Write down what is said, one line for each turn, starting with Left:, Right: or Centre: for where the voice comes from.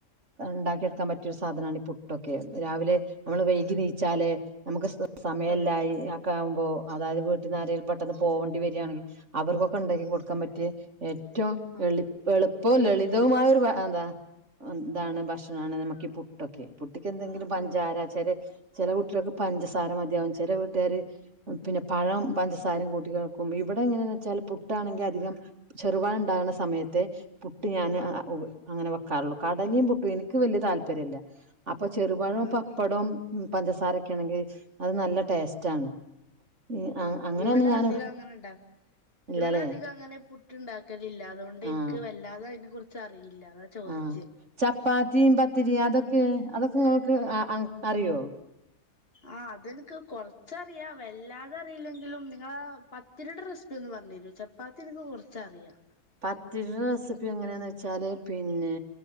Right: ഉണ്ടാക്കിയെടുക്കാൻ പറ്റിയരു സാധനമാണ് ഈ പുട്ടൊക്കെ രാവിലെ നമ്മള് വൈകി
Left: ആഹ്
Right: നീച്ചാല് നമുക്ക് സമയമല്ലായിക്ക
Left: അതെ
Right: അപ്പോ അതായത് വീട്ടന്നാരയിൽ പെട്ടെന്ന് പോകേണ്ടി വരികയാണെങ്കിൽ അവർക്കൊക്കെ ഉണ്ടെങ്കി കൊടുക്കാൻ പറ്റിയഏറ്റ ഏറ്റവും
Left: ആഹ്
Right: എളിപ് എളപ് ഇപ്പൊ ലളിതവുംമായ ഒരു എന്താ എന്താണ് ഭക്ഷണമാണ് നമുക്ക് പുട്ടൊക്കെ പുട്ട്ക്ക് എന്തെങ്കിലും പഞ്ചാരച്ചല്
Left: ആഹ്
Right: ചെില കുട്ടികൾക്ക് പഞ്ചസാര മതിയാവും ചില വീട്ടുകാര് പിന്നെ പഴം പഞ്ചസാരയും കൂട്ടികൾക്കും ഈ ഇവിടെ എങ്ങെനെ ന്നച്ചാൽ പുട്ടണെ ങ്കിൽ അജ് മി അധികം ചെറുപഴംഉണ്ടാകുന്ന സമയത്തെ പുട്ട്ഞാൻ
Left: ആഹ്
Right: അങ്ങനെ കാളുകടലും പുട്ടു എനിക്ക് വലിയ താല്പര്യംല്ല അപ്പൊ ചെറുപഴവും
Left: ആഹ്
Right: പപ്പടം പഞ്ചസാരൊക്കെ ആണെങ്കിൽ അത് നല്ല ടേസ്റ്റ് ആണ് ഈ അ
Left: ആഹ
Right: അങ്ങനെയൊന്നും
Left: ഇവിടെ
Right: ഞാൻ
Left: അധികം അങ്ങനെണ്ടാ
Right: ഇല്ലല്ലേ
Left: ഇവിടെ അധികം അങ്ങ അങ്ങനെ പുട്ട് ഉണ്ടാക്കലില്ല അതുകൊണ്ട് എനിക്ക്
Right: ആഹ്
Left: വല്ലാതെ അതിനെ കുറിച്ച് അറിയില്ല അതാ ചോദിച്ച്
Right: ആഹ് ചപ്പാത്തിയും പത്തിരിയും അതൊക്കെ അതൊക്കെ നിങ്ങൾക്ക് അറിയോ
Left: ആ അതെനിക്ക് കൊറച്ചറിയാം വല്ലാതെ അറിയില്ലെങ്കിലും നിങ്ങള പത്തിരിയുടെ റെസിപ്പി ഒന്നും പറഞ്ഞു തരോചപ്പാത്തി എനിക്ക് കുറച്ചറിയാം
Right: പത്തിരി ടെറസിപ്പിഎങ്ങന വെച്ചാല് പിന്നെ